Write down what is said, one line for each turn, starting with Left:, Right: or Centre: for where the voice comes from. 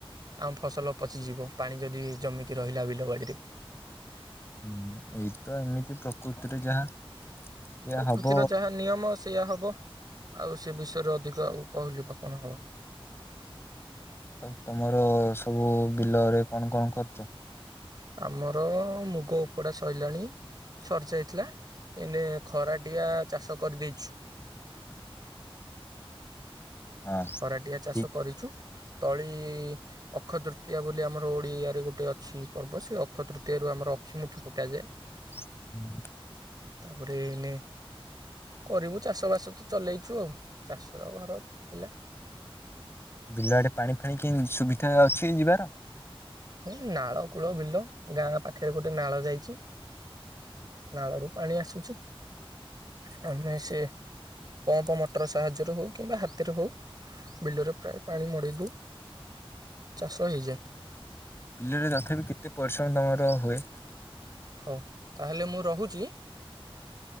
Right: ଆମ ଫସଲ ପ ଯିବ ପାଣି ଯଦି ଜମିକି ରହିଲା ବିଲ ବାଡିରେ
Left: ହୁଁ ଏଇ ତ ଏମିତି ପ୍ରକୃତିରେ ଯାହା ଏଇଆ
Right: ପ୍ରକୃତିର
Left: ହବ
Right: ଯାହା ନିୟମ ସେୟା ହବ ଆଉ ସେ ବିଷୟରେ ଅଧିକ ଆଉ କହିଲିବା କଣ ହବ?
Left: ଆଉ ତମର ସବୁ ବିଲ ରେ କଣ କଣ ଖର୍ଚ?
Right: ଆମର ମୁଗ ଉପଡ଼ା ସରିଲାଣି ସରିଯାଇଥିଲା। ଏନେ ଖରାଟିଆ। ଚାଷ କରିଦେଇଛୁ।
Left: ହଁ
Right: ଖରାଟିଆ ଚାଷ
Left: ଠିକ୍
Right: କରିଛୁ। ତଳି ଅକ୍ଷତୃତୀୟା ବୋଲି ଆମର ଓଡିଆରେ ଗୋଟେ ଅ ଛି ପର୍ବ ସେ ଅକ୍ଷତୃତୀୟ ରୁ ଆମର ଅକ୍ଷି ମୁଠି ପକାଯାଏ।
Left: ହୁଁ,
Right: ତାପରେ ଏଇନେ କରିବୁ ଚାଷ ବାସ ତ ଚଲେଇଛୁ ଆଉ। ଚାଷ ଘର ପିଲା।
Left: ବିଲ ଆଡେ ପାଣି ଫାଣି କେମ୍ ସୁବିଧା ଅଛି ଯିବାର?
Right: ହୁଁ ନାଳ କୂଳ ବିଲ, ଗାଁ ପାଖରେ ଗୋଟେ ନାଳ ଯାଇଛି ନାଳରୁ ପାଣି ଆସୁଛି, ଆଉ ନାଇଁ ସେ ଆମେ ସେ ପମ୍ପ ମଟର ସାହାଯ୍ୟରେ ହଉ କିମ୍ବା ହାତରେ ହଉ ବିଲରେ ପ୍ରାୟ ପାଣି ମଡେଇ ଦଉ। ଚାଷ ହେଇଯାଏ।
Left: ବିଲରେ ତଥାପି କେତେ ପରିଶ୍ରମ ତୋମର ହୁଏ?
Right: ହଉ ତାହେଲେ ମୁଁ ରହୁଚି।